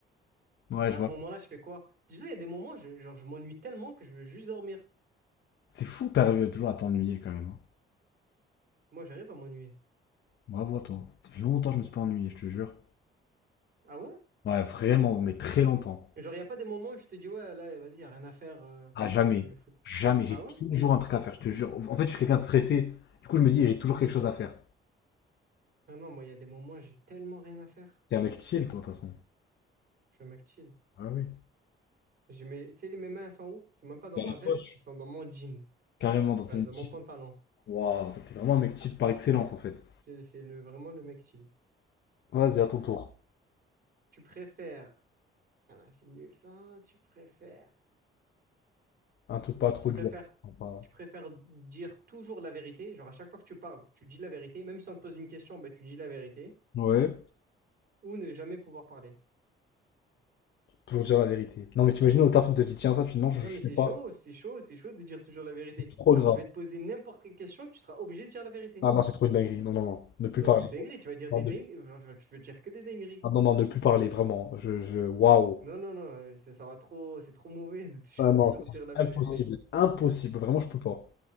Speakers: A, on the left; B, on the right.
A: ouais,
B: À
A: je vois.
B: ce moment-là, je fais quoi? Déjà, il y a des moments, je- genre, je m'ennuie tellement que je veux juste dormir.
A: C'est fou que t'arrives toujours à t'ennuyer quand même. hein.
B: Moi, j'arrive à m'ennuyer.
A: Bravo à toi. Ça fait longtemps que je me suis pas ennuyé, je te jure.
B: Ah ouais?
A: Ouais, vraiment, mais très longtemps.
B: Genre, il a pas des moments où je te dis, ouais, là, vas-y, y a rien à faire, euh, pff,
A: À jamais.
B: qu'est-ce que je vais foutre?
A: Jamais. J'ai
B: Ah ouais?
A: toujours un truc à faire, je te jure. En fait, je suis quelqu'un de stressé. Du coup, je me dis, j'ai toujours quelque chose à faire.
B: Ah non, moi, il y a des moments où j'ai tellement rien à faire.
A: T'es un mec chill, toi, de toute façon.
B: Je suis un mec chill.
A: Ah oui.
B: J'ai mes, tu sais, les- mes mains, elles sont où? C'est même pas dans
A: T'es
B: ma
A: à la
B: veste,
A: poche.
B: elles sont dans mon jean,
A: Carrément dans ton
B: enfin, dans
A: chill.
B: mon pantalon.
A: Waouh, toi, t'es vraiment un mec chill par excellence, en fait.
B: C'est c'est le, vraiment le mec chill.
A: Vas-y, à ton tour.
B: Tu préfères, ah là, c'est nul ça, tu préfères,
A: Un truc pas trop
B: tu préfères,
A: dur. Enfin, pas-
B: tu préfères dire toujours la vérité, genre à chaque fois que tu parles, tu dis la vérité, même si on te pose une question, ben, tu dis la vérité,
A: Ouais.
B: ou ne jamais pouvoir parler.
A: Toujours dire la vérité. Non, mais t'imagines au taf, on te dit, tiens, ça, tu dis non, je,
B: Non,
A: je
B: mais c'est
A: fais pas.
B: chaud, c'est chaud, c'est chaud de dire toujours la vérité.
A: C'est trop
B: Genre,
A: grave.
B: je vais te poser n'importe quelle question, tu seras obligé de dire la vérité.
A: Ah non, c'est trop une dinguerie. Non, non, non. Ne plus
B: Non,
A: parler.
B: c'est une dinguerie, tu vas dire
A: Non,
B: des
A: ne-
B: dingueries, genre, tu vas tu vas dire que des dingueries.
A: Ah non, non, ne plus parler, vraiment. Je, je... Waouh.
B: Non, non, non, euh, ça, ça va trop, c'est trop mauvais de tou-
A: Ah
B: <laughs>
A: non,
B: toujours
A: c'est
B: dire la
A: impossible.
B: vérité.
A: Impossible. Vraiment, je peux pas.